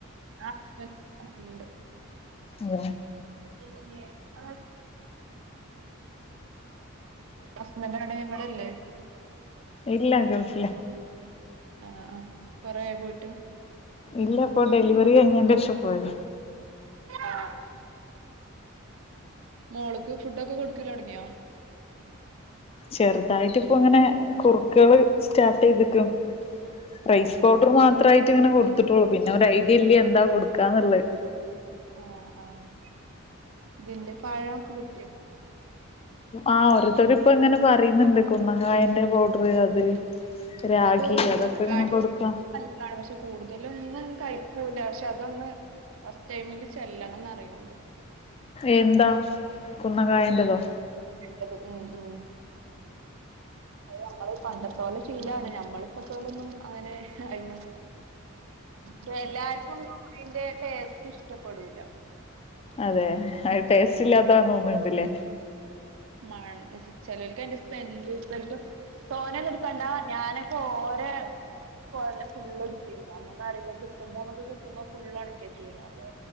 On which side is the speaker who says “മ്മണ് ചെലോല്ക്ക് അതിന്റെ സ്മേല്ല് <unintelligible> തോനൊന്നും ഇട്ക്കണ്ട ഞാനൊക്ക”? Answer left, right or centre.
Right